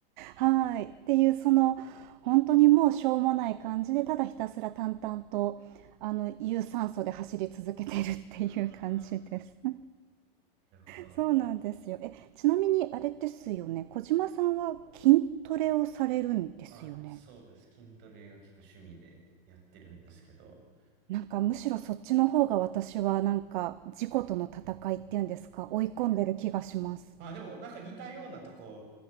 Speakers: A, on the right (about 55°); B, on the right (about 40°).
A: はい。っていう、その、本当にもうしょうもない感じで、ただひたすら淡々と、あの、有酸素で走り続けているっていう感じです。
B: ああ、
A: <laughs>
B: なるほど。
A: そうなんですよ。え、ちなみにあれですよね、
B: はい。
A: 小島さんは筋トレをされるんですよね？
B: あ、そうです。筋トレが結く趣味でやってるんですけど。
A: なんかむしろそっちの方が私はなんか、自己との戦いっていうんですか、
B: うん
A: 追い込んでる気がします。
B: まあでも、なんか似たようなとこ